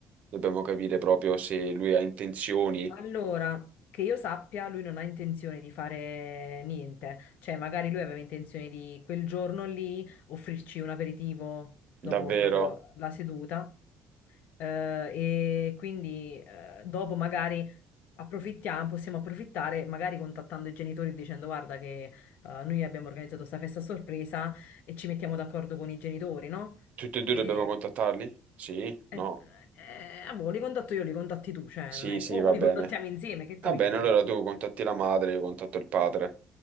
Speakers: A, on the right; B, on the left.
A: Dobbiamo capire proprio se lui ha intenzioni,
B: Allora, che io sappia, lui non ha intenzione di fare niente, cioè magari lui aveva intenzione di quel giorno lì offrirci un aperitivo dopo
A: davvero.
B: proprio la seduta eh, e quindi eh, dopo magari approfittiamo, possiamo approfittare magari contattando i genitori e dicendo guarda che eh, noi abbiamo organizzato questa festa a sorpresa e ci mettiamo d'accordo con i genitori, no?
A: Tutti e due
B: E
A: dobbiamo contattarli? Sì?
B: Eh,
A: No?
B: eh, ah, boh, li contatto io, li contatti tu, cioè,
A: Sì,
B: non è...
A: sì,
B: O
A: va
B: li
A: bene.
B: contattiamo insieme, che ti
A: Va
B: voglio
A: bene,
B: dire?
A: allora tu contatti la madre, io contatto il padre.